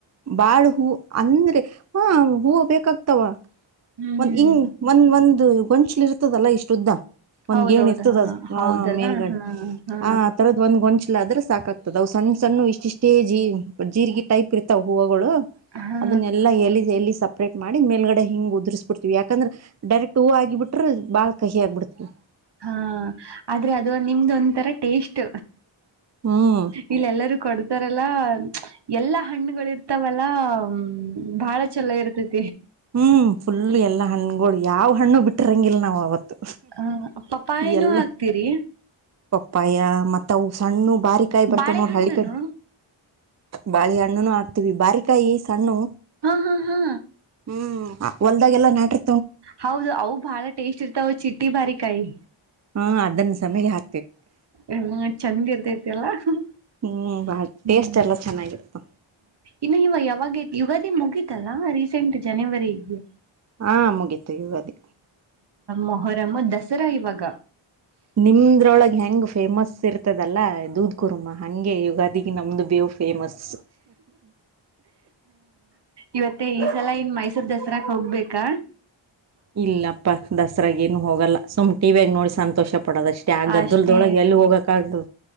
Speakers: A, on the right; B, on the right.
A: ಬಾಳ ಹೂ ಅಂದ್ರೆ ಹ ಹೂ ಬೇಕಾಗತ ಇವಾ
B: ಹ್ಮ್
A: ಒಂದ ಹಿಂಗ್ ಒಂದ ಒಂದು ಗೊಂಸಲ್ ಇರ್ತದಲ್ಲಾ ಇಷ್ಟ ಉದ್ದ ಒಂದ್ಗಏಣ
B: ಹೌದೌದ
A: ಇರ್ತದ
B: ಹಾ
A: ಅದು
B: ಹೌದಲ್ಲ
A: ಆ ಮೇಲ್ಗಾಡಿ
B: ಹಾ ಹಾ
A: ಆ ಆ ತರದ್ ಒಂದ್ ಗೊಂಚಿಲ್ಲ ಅದ್ರ ಸಾಕಾಗ್ತದ ಅವು ಸಣ್ಣ ಸಣ್ಣ ಇಷ್ಟಿಷ್ಟೇ ಜೀ ಜೀರ್ಗ ಟೈಪ್ ಇರ್ತಾವ ಹೂವುಗಳು
B: ಹಾ
A: ಅದನ್ನೆಲ್ಲಾ ಎ ಎ ಸಪ್ಪ ಅಪ್ರೇಟ್ ಮಾಡಿ ಮೇಲ್ಗಡೆ ಹಿಂಗ ಉದುರ್ಬ ಬಿಡ್ತತಿವಿ ಯಾಕಂದ್ರೆ ಡೈರೆಕ್ಟ್ ಹೂವು ಆಗಿ ಬಿರ ಬಾಳ್ ಕಹಿ ಆಗ್ಬಡ್ತತಿವಿ
B: ಹಾ ಆದ್ರೆ ಅದು ನಿಮ್ದ ಒಂದಥರ ಟೇಸ್ಟ್
A: ಹ್ಮ್
B: ಇಲ್ಲ ಎಲ್ಲರ ಕೊಡ್ತಾರಲ್ಲ ಎಲ್ಲಾ ಹಣ್ಣುಗಳ ಇರ್ತಾವಲ್ಲ ಹ ಬಾಳ ಚಲಾಗಿರ್ತತಿ
A: ಹ್ಮ್ ಫುಲ್ ಎಲ್ಲಾ ಹಣ್ಣಗಳು ಯಾವ್ ಹಣ್ಣು ಬಿಟ್ರಂಗಿಲ್ಲ ನಾವ್ ಅವತ್ತು
B: ಹ ಪಪಾಯನೂ
A: ಎಲ್ಲ
B: ಹಾಕ್ತಿರಿ
A: ಪಪ್ಪಾಯ ಮತ್ತವು ಸಣ್ಣ ಬಾರ ಕಾಯಿ ಬರ್ತಾವ
B: ಬಾಳೆಹಣ್ಣನು
A: ನೋಡ ಹಳ್ಳಿ ಕಡೆ ಬಾಳಿ ಹಣ್ಣುನು ಹಾಕ್ತವಿ ಬಾರಿಕಾಯಿ ಸಣ್ಣು
B: ಹಾ ಹಾ ಹಾ
A: ಹ್ಮ್ ಹೊಲ್ದಾಗೆಲ್ಲ ನಾಟ್ರ
B: ಹೌದು ಅವು ಬಾಳ ಟೇಸ್ಟ್ ಇರ್ತಾವ ಚಿಟ್ಟಿ ಬಾರಿಕಾಯಿ
A: ಹಾ ಅದನ್ನ ಸಮಯ ಹಾ
B: ಎಲ್ಲ ಚೆಂದ ಇರ್ತೈತಿಲ್ಲ ಹ್ಮ್
A: ಹ್ಮ್ ಬಾಳ್
B: ಹ್ಮ
A: ಟೇಸ್ಟ್ ಎಲ್ಲ ಚೆನ್ನಾಗಿರ್ತ
B: ಇನ್ನು ಇವಾಗ ಯಾವಾಗ ಯುಗಾದಿ ಮುಪೀಗೀ ತಲ್ಲಾ ರೀಸೆಂಟ್ ಜನವರಿಗೆ
A: ಹಾ ಮುಗೀತು ಯುಗಾದಿ
B: ಮೊಹರಮ ದಸರಾ ಇವಾಗ
A: ನಿಮ್ರೊಳಗ್ ಹೆಂಗ್ ಫೇಮಸ್ ಇರ್ತದಲ್ಲ ದೂದ್ ಕುರ್ಮಾ ಹಗೆ ಯುಗಾದಿಗೆ ನಮ್ದು ಬೇವು ಫೇಮಸ್
B: ಇವತ್ತ ಈ ಸಲ ಇನ್ ಮೈಸೂರ್ ದಸರಾಕ್ ಹೋಗ್ಬೇಕಾ
A: ಇಲ್ಲಪ್ಪ ದಸರಾಗ ನು ಹೋಗಲ್ಲ ಸುಮ್ ಟಿವಿಯಗ ನೋಡಿ ಸಂತೋಷ ಪಡೋದಷ್ಟೇ ಆ ಗದ್ದಲ್ದೊಳಗೆ
B: ಅಷ್ಟೇ
A: ಎಲ್ಲಿ ಹೋಗಕ್ ಆಗ್ತದ